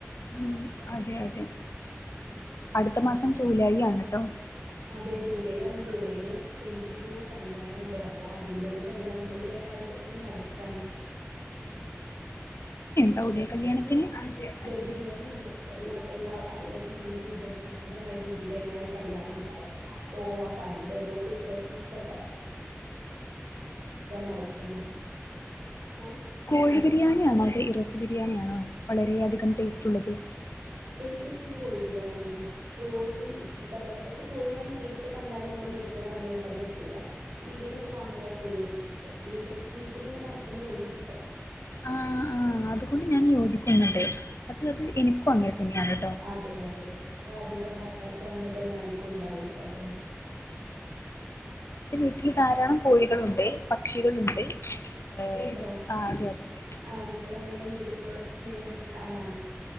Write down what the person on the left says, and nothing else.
മ് അതെ അതെ അത് അടുത്ത മാസം ജൂലായി ആണ്‌ ട്ടോ
ടൗടെ കല്യാണത്തിന് <unintelligible>
കോഴി
ബിരിയാണിയാണോ അതോ ഇറച്ചി ബിരിയാണിയാണോ? വളരെ അധികം ടേസ്റ്റുള്ളത്.
ആാാ ആ ആ അത് ഞാൻ യോജിക്കുന്നുണ്ട് അത് അത് എനിക്കും അങ്ങനെ തന്നെയാണ്
ട്ടോ <unintelligible> അതിൽ ധാരാളം കോഴികളുണ്ട് പക്ഷികളുണ്ട് ഏഹ്
ആ അതെ അതെ അതെ